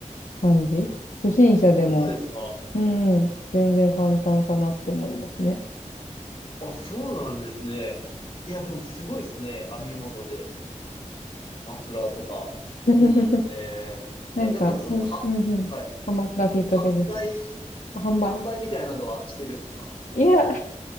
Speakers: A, on the left (about 70°); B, on the left (about 45°).
A: 感じ。初心者でも、
B: 本当ですか
A: うん、全然簡単かなって思いますね。
B: あ、そうなんですね。いや、でもすごいですね。編み物で。マフラーとか。
A: <laughs>
B: いいですね。
A: なんかしゅ、
B: え、なんかその、は、
A: うんうん、
B: はい。
A: ハマったきっかけです。
B: 販売、
A: 販売。
B: 販売みたいなのはしてるんですか
A: いや、